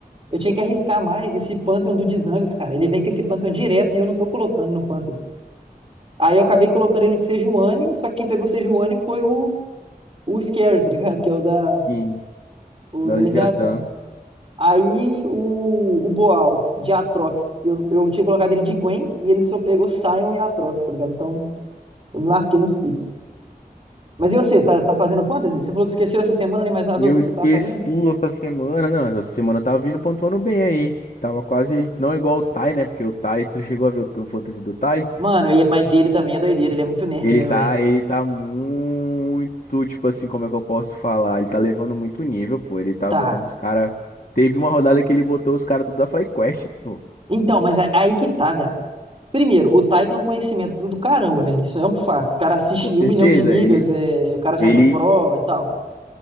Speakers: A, on the right; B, on the left.
A: eu tinha que arriscar mais esse Pantheon do Dizames, cara. Ele vem com esse Pantheon direto e eu não tô colocando no Fantasy. Aí eu acabei colocando ele de Sejuani, só que quem pegou Sejuani foi o o Scary, tá ligado? Que é o da,
B: Sim,
A: o
B: da
A: da
B: Leviatã.
A: Leviatã. Aí o, o Boal de Atrox, eu, eu tinha colocado ele de Gwen e ele só pegou Sion e Atrox, tá ligado? Então eu me lasquei nos picks. Mas e você, tá, tá fazendo fantasy? Você falou que esqueceu essa semana, né? Mas nas
B: Eu
A: outras
B: esqueci
A: você tá fazendo?
B: essa semana. Não, essa semana eu tava vindo pontuando bem aí. Tava quase. Não igual o Tai, né? Porque o Tai, tu chegou a ver o o fantasy do Tai?
A: Mano, e- mas ele também é doideira, ele é muito nerd,
B: Ele
A: né,
B: tá,
A: velho?
B: ele tá muito, tipo assim, como é que eu posso falar? Ele tá levando muito nível, pô. Ele tá
A: Tá.
B: botando os caras. Teve uma rodada que ele botou os caras tudo da FlyQuest, pô.
A: Então, mas a- aí que tá, velho. Primeiro, o Tai tem um conhecimento do caramba, né? Isso é um fato. O cara assiste
B: Com certeza,
A: um milhão de ligas,
B: ele,
A: é... o cara já
B: ele,
A: foi pro e tal.